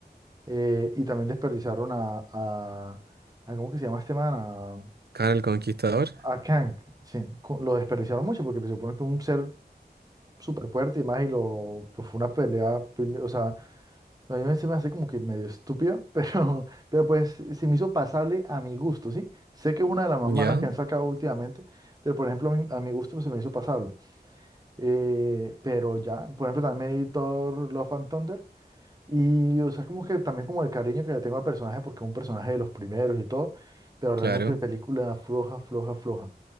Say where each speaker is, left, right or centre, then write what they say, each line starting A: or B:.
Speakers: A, on the right; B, on the right.
A: eh, y también desperdiciaron a, a, a- ¿cómo que se llama este man?
B: Khan el Conquistador.
A: A, a Kang, sí. co- Lo desperdiciaron mucho porque se supone que es un ser súper fuerte y más y lo, pues fue una pelea, prim- o sea, A mí me- se me hace como que medio estúpida, <laughs> pero, pero pues se me hizo pasable a mi gusto, ¿sí? Sé que es una de las más
B: Ya,
A: malas que han sacado últimamente, pero por ejemplo a mi, a mi gusto se me hizo pasable. Eh, pero ya, por ejemplo también me vi Thor Love and Thunder y o sea como que también como el cariño que le tengo al personaje porque es un personaje de los primeros y todo, pero
B: claro.
A: realmente película floja, floja, floja,